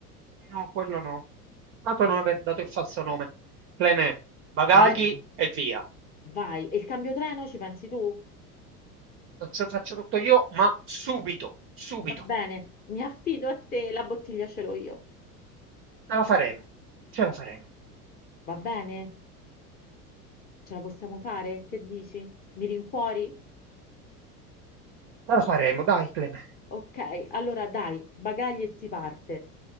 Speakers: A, on the right (about 30°); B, on the left (about 20°).
A: no, quello no. Dato non aver dato il falso nome. Cleme, bagagli
B: Andiamo,
A: e via.
B: vai. E il cambio treno ci pensi tu?
A: Lo ce- lo faccio tutto io, ma subito, subito.
B: Va bene, mi affido a te, la bottiglia ce l'ho io.
A: Ce la faremo, ce la faremo,
B: Va bene? Ce la possiamo fare? Che dici? Mi rincuori?
A: ce la faremo, dai, Cleme.
B: Ok, allora dai, bagagli e si parte.